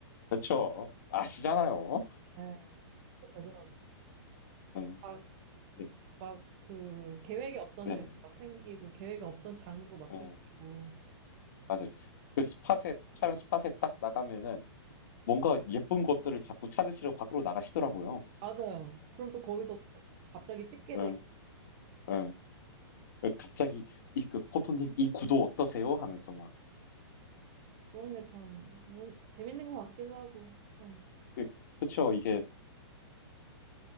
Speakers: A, on the left (about 40°); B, on the right (about 20°).
A: 그렇죠? 아시잖아요.
B: 네, 되더라고.
A: 응.
B: 요
A: 네,
B: 막 그 계획에 없던
A: 네,
B: 일
A: 네.
B: 막 생기고 계획에 없던 장소 막
A: 네,
B: 생기고
A: 맞아요. 그 스팟에 촬영 스팟에 딱 나가면은 뭔가 예쁜 것들을 자꾸 찾으시러 밖으로 나가시더라고요.
B: 맞아요. 그럼 또 거기서 다- 갑자기 찍게
A: 응,
B: 돼
A: 응. 갑자기 이 그 포토님 이 구도 어떠세요? 하면서 막
B: 그런 게 참 뭔 재밌는 것 같기도 하고 참
A: 그, 그쵸 이게